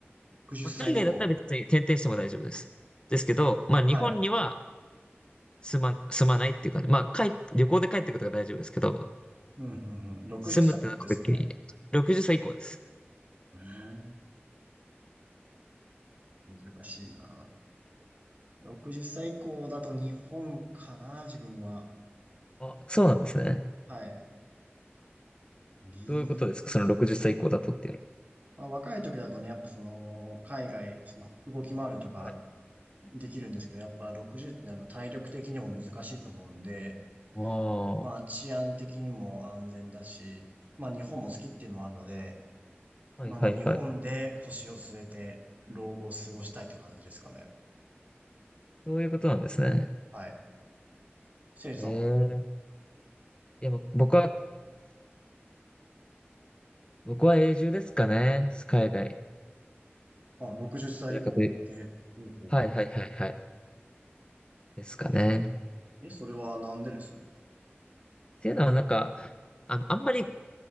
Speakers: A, on the right (about 40°); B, on the left (about 25°).
A: 60歳以降。
B: まあ、海外だったら別に転々しても大丈夫です。ですけど、まあ日本には
A: はい。
B: 住ま、住まないっていうか、まあ帰旅行で帰ってくるとか大丈夫ですけど、
A: うん、うん、うん。60歳ですよね。
B: 住むってなった時に、60歳以降です。
A: うん、難しいな。60歳以降だと日本かな、自分は。
B: あ、そうなんですね。
A: はい。理由。
B: どういうことですかその60歳以降だとっていうの
A: まあ、若い時だとね、やっぱその、海外、その、動き回るとか
B: は。はい。
A: できるんですけど、やっぱ60ってなると体力的にも難しいと思うんで、
B: あ
A: まあ治安的にも安全だし、まあ日本も好きっていうのもあるので、
B: あ、
A: まあもう日本で腰を据えて老後を過ごしたいって感じですかね。
B: はいはいはい。そういうことなんですね。
A: はい。せいじさんは、
B: ええ。いや、もう僕は、僕は永住ですかね。海外。
A: あ、60歳以降で、
B: どちらかという
A: ほうほうほうほう。
B: はいはいはいはい。ですかね。
A: え、え、それはなんでです
B: っていうのはなんか、あ、あんまり、